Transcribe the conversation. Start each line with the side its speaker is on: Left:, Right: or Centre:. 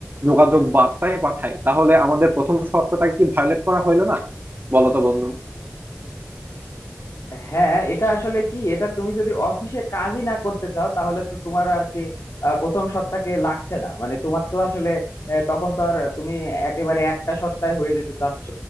Right: যোগাযোগ বার্তায় পাঠাই তাহলে আমাদের প্রথম সপ্তাহটাকে কি ভায়োলেট করা হইলো না বলো তো বন্ধু
Left: হ্যাঁ এটা আসলে কি এটা তুমি যদি অফিসে কাজই না করতে চাও তাহলে তো তোমার আর কি আহ, প্রথম সপ্তাহে লাগছে না মানে তোমার তো আসলে আহ, তখন তো আর তুমি একেবারে একটা সপ্তাহে হয়ে যেতে চাচ্ছ